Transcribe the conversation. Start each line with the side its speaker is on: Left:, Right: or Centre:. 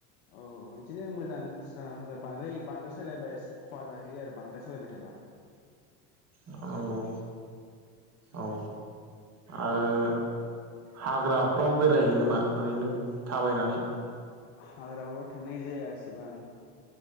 Left: औ औ बिदिनो मोजां सालाबानो बांद्राय बांद्राय सालायबाय खहा जाहैयो आरो बांद्राय सालायबाय थाबा
Right: नंगौ औ आरो हाग्राफ्राव बेरायहैयो नामा ओरैनो थाबायनानै
Left: हाग्रायाव थांनाय जाया एसेबां